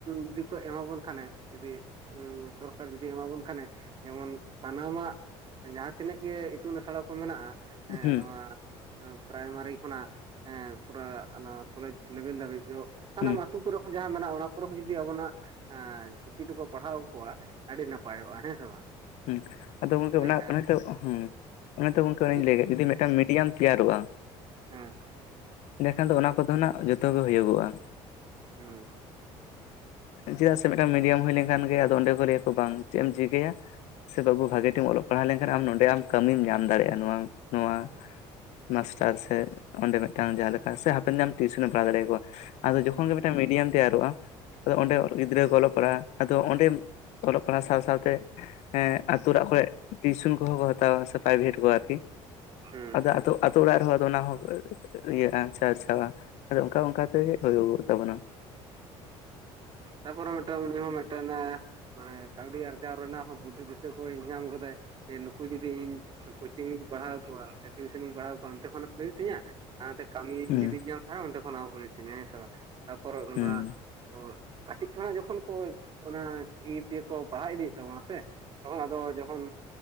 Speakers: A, on the right; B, on the left.
A: ᱡᱩᱫᱤ ᱠᱚ ᱮᱢᱟᱵᱚᱱ ᱠᱷᱟᱱᱮ ᱡᱩᱫᱤ ᱥᱚᱨᱠᱟᱨ ᱡᱩᱫᱤ ᱮᱢᱟ ᱵᱚᱱ ᱠᱷᱟᱱᱮ ᱡᱮᱢᱚᱱ ᱥᱟᱱᱟᱢᱟᱜ ᱡᱟᱦᱟᱸ ᱛᱤᱱᱟᱹᱜ ᱜᱮ ᱤᱛᱩᱱ ᱟᱹᱥᱲᱟ ᱠᱚ ᱢᱮᱱᱟᱜᱼᱟ
B: ᱦᱮᱸ᱾
A: ᱦᱟᱸ ᱯᱨᱟᱭᱢᱟᱨᱤ ᱠᱷᱚᱱᱟᱜ ᱦᱮᱸ ᱯᱩᱨᱟ ᱚᱱᱟ ᱠᱚᱞᱮᱡᱽ ᱞᱮᱵᱮᱞ ᱫᱷᱟᱹᱵᱤᱡ ᱫᱚ ᱥᱟᱱᱟᱢ
B: ᱦᱩᱸ
A: ᱟᱛᱩ ᱠᱚᱨᱮ ᱦᱚᱸ ᱡᱟᱦᱟᱸ ᱢᱟᱱᱮ ᱚᱱᱟᱜ ᱠᱚᱨᱮ ᱦᱚᱸ ᱡᱩᱫᱤ ᱟᱵᱚᱱᱟᱜ ᱪᱤᱠᱤ ᱛᱮ ᱠᱚ ᱯᱟᱲᱦᱟᱣ ᱠᱚᱣᱟ ᱟᱹᱰᱤ ᱱᱟᱯᱟᱭᱚᱜᱼᱟ ᱦᱮᱸ ᱥᱮ ᱵᱟᱝ?
B: ᱦᱮᱸ ᱟᱫᱚ ᱜᱚᱝᱠᱮ
A: ᱮᱸᱰᱮᱠᱷᱟᱱ
B: ᱟᱵᱮᱱᱟᱜ ᱠᱟᱹᱢᱤ ᱦᱸ ᱚᱱᱮ ᱛᱚ ᱜᱚᱝᱠᱮ
A: ᱦᱮᱸ
B: ᱞᱤᱧ ᱞᱟᱹᱭᱮ ᱡᱩᱫᱤ ᱢᱤᱫᱴᱟᱝ ᱢᱤᱰᱤᱭᱟᱢ ᱛᱮᱭᱟᱨᱚᱜᱼᱟ ᱾
A: ᱦᱮᱸ
B: ᱮᱸᱰᱮᱠᱷᱟᱱ ᱫᱚ ᱚᱱᱟ ᱠᱚᱫᱚ ᱦᱟᱸᱜ ᱡᱚᱛᱚ ᱜᱮ ᱦᱩᱭᱩᱜᱚᱜᱼᱟ ᱾
A: ᱦᱩᱸ ᱾
B: ᱪᱮᱫᱟᱜ ᱥᱮ ᱢᱤᱫᱴᱟᱝ ᱢᱤᱰᱤᱭᱟᱢ ᱦᱩᱭ ᱞᱮᱱ ᱠᱷᱟᱱ ᱜᱮ ᱟᱫᱚ ᱚᱸᱰᱮ ᱠᱷᱚᱱ ᱞᱟᱹᱭᱟ ᱠᱚ ᱵᱟᱝ ᱪᱮᱫ ᱮᱢ ᱪᱤᱠᱟᱹᱭᱟ? ᱥᱮ ᱵᱟᱹᱵᱩ ᱵᱷᱟᱜᱤ ᱴᱷᱮᱢ ᱚᱞᱚᱜ ᱯᱟᱲᱦᱟᱣ ᱞᱮᱱ ᱠᱷᱟᱱ ᱟᱢ ᱱᱚᱰᱮ ᱟᱢ ᱠᱟᱹᱢᱤᱢ ᱧᱟᱢ ᱫᱟᱲᱮᱭᱟᱜᱼᱟ ᱱᱚᱣᱟ ᱱᱚᱣᱟ ᱾ ᱢᱟᱥᱴᱟᱨ ᱥᱮ ᱚᱸᱰᱮ ᱢᱤᱫᱴᱟᱝ ᱡᱟᱦᱟᱸ ᱞᱮᱠᱟ ᱥᱮ ᱦᱟᱯᱮᱱ ᱟᱢ ᱴᱤᱭᱩᱥᱚᱱᱮᱢ ᱯᱟᱲᱦᱟᱣ ᱫᱟᱲᱮᱭᱟ ᱠᱚᱣᱟ ᱾ ᱟᱫᱚ ᱡᱚᱠᱷᱚᱱ
A: ᱦᱮᱸ
B: ᱜᱮ ᱢᱤᱫᱴᱟᱝ ᱢᱤᱰᱤᱭᱟᱢ ᱛᱮᱭᱨᱚᱜᱼᱟ ᱟᱫᱚ ᱚᱸᱰᱮ ᱜᱤᱫᱽᱟᱹ ᱠᱚ ᱚᱞᱚᱜ ᱚᱞᱚᱜ ᱯᱟᱲᱦᱟᱜ ᱟᱫᱚ ᱚᱸᱰᱮ ᱚᱞᱚᱜ ᱯᱟᱲᱦᱟᱜ ᱥᱟᱶ ᱥᱟᱶᱛ ᱮᱛ ᱟᱛᱩ ᱚᱲᱟᱜ ᱠᱚᱨᱮ ᱴᱤᱭᱩᱥᱚᱱ ᱠᱚᱦᱚᱸ ᱠᱚ ᱦᱟᱛᱟᱣᱟ ᱥᱮ ᱯᱨᱟᱭᱵᱷᱮᱴ ᱠᱚ ᱟᱨᱠᱤ
A: ᱦᱩᱸ ᱾
B: ᱟᱫᱚ ᱟᱛᱳ ᱟᱛᱳ ᱚᱲᱟᱜ ᱨᱮᱦᱚᱸ ᱚᱱᱟ ᱦᱚᱸ ᱤᱭᱟ-ᱟ ᱟᱪᱷᱟ ᱟᱪᱷᱟ ᱾ ᱟᱫᱚ ᱚᱱᱠᱟ ᱚᱱᱠᱟ ᱛᱮ ᱜᱮ ᱦᱩᱭᱩᱜ ᱛᱟᱵᱚᱱᱟ
A: ᱛᱟᱯᱚᱨᱮ ᱢᱤᱫᱴᱟᱝ ᱩᱱᱤ ᱦᱚᱸ ᱢᱤᱫᱴᱟᱝ ᱦᱮᱸ ᱠᱟᱹᱣᱰᱤ ᱟᱨᱡᱟᱣ ᱨᱮᱱᱟᱜ ᱦᱚᱸ ᱵᱩᱫᱽᱫᱷᱤ ᱫᱤᱥᱟᱹ ᱠᱚ ᱧᱟᱢ ᱜᱚᱫᱟᱭ ᱡᱮ ᱱᱩᱠᱩ ᱡᱩᱫᱤ ᱤᱧ ᱠᱳᱪᱤᱝ ᱤᱧ ᱯᱟᱲᱦᱟᱣ ᱠᱚᱣᱟ ᱥᱮ ᱴᱤᱭᱩᱥᱚᱱ ᱤᱧ ᱯᱟᱲᱦᱟᱣ ᱠᱚᱣᱟ ᱚᱱᱛᱮ ᱠᱷᱚᱱ ᱦᱚᱸ ᱦᱩᱭᱩᱜ ᱛᱤᱧᱟᱹ ᱾ ᱱᱚᱛᱮ ᱠᱟᱹᱢᱤ
B: ᱦᱩᱸ
A: ᱡᱩᱫᱤᱧ ᱧᱟᱢ ᱠᱷᱟᱡ ᱚᱱᱛᱮ ᱠᱷᱚᱱ ᱦᱩᱭᱩᱜ ᱛᱤᱧᱟ ᱦᱮᱸ ᱥᱮ ᱵᱟᱝ ᱛᱟᱯᱚᱨᱮ ᱩᱱ
B: ᱦᱩᱸ
A: ᱫᱚ ᱦᱟᱸᱜ ᱠᱟᱹᱴᱤᱡ ᱠᱷᱚᱱᱟᱜ ᱡᱚᱠᱷᱚᱱ ᱠᱚ ᱚᱱᱟ ᱪᱤᱠᱤ ᱛᱤᱭᱳ ᱠᱚ ᱯᱟᱲᱦᱟᱣ ᱤᱫᱤᱭᱮᱫ ᱛᱟᱵᱚᱱᱟ ᱥᱮ ᱛᱚᱠᱷᱚᱱ ᱟᱫᱚ ᱡᱚᱠᱷᱚᱱ